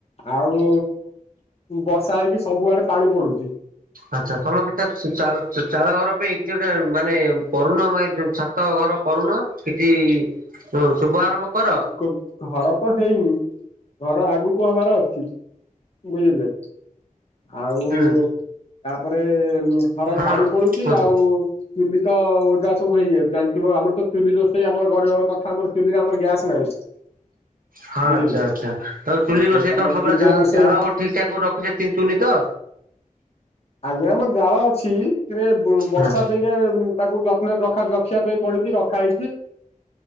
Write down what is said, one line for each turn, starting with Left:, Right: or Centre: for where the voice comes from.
Left: ଆଉ ବର୍ଷା ହେଇକି ସବୁଆଡେ ପାଣି ପଡୁଛି।
Right: ଆଛା ତମ କେତେ ଚାଳ ସେ ଚାଳ ଘର ପାଇଁ କିଛି ଗୋଟେ ମାନେ କରୁନ ମ ଏ ଛାତ ଘର କରୁନ। କିଛି ହଁ ଶୁଭ ଆରମ୍ଭ କର।
Left: କ ଘର ତ ହେଇନି ଘର ଆଗକୁ ହବାର ଅଛି। ବୁଝିଲେ। ଆଉ
Right: ହୁଁ
Left: ତାପରେ ଘର
Right: ହଁ
Left: ପାଣି ପଡୁଛି
Right: କୁହନ୍ତୁ।
Left: ଆଉ। ଚୁଲି ତ ଓଦା ସବୁ ହେଇଯାଉଚି ଜାଣି ଥିବ ଆମର ତ ଚୁଲି ରୋଷ ସେଇ ଆମର ଗରିବ ଘର କଥା ଆମର ଚୁଲିରେ ଆମର ଗ୍ୟାସ୍ ନାହିଁ।
Right: ହଁ
Left: ବୁଝିଲେ
Right: ଆଚ୍ଛା ଆଚ୍ଛା ତମର ଚୁଲି
Left: ଆଉ
Right: ରୋଷେଇ
Left: ଆମର
Right: ତ ସବୁବେଳେ
Left: ଚୁଲିରେ
Right: ଜାଳ
Left: ରୋଷେଇ
Right: ଜାର କୋଉଠି ଠିକ୍ ଠାକ୍ କରି ରଖିଛ ତିନ୍ତୁନି ତ।
Left: ଆଜ୍ଞା ଆମର ଜାଳ ଅଛି ଟିକେ ବର୍ଷା
Right: ହଁ
Left: ପାଇଁକା ଏ ମ୍। ତାକୁ ଯତ୍ନରେ ରଖା ରଖିବା ପାଇଁ ପଡୁଛି ରଖା ହେଇଛି।